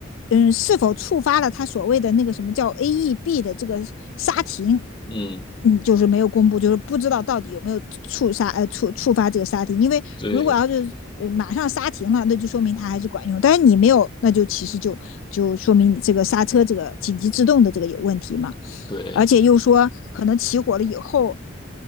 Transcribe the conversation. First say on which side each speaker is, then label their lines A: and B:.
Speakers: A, on the left (about 80°); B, on the left (about 25°).
A: 嗯，是否触发了它所谓的那个什么叫 AEB 的这个刹停，
B: 嗯，
A: 嗯，就是没有公布，就是不知道到底有没有触刹呃触触发这个刹停，因为如果要是呃马上刹停了，
B: 对
A: 那就说明它还是管用，但是你没有，那就其实就就说明你这个刹车这个紧急制动的这个有问题嘛。
B: 对，
A: 而且又说，可能起火了以后，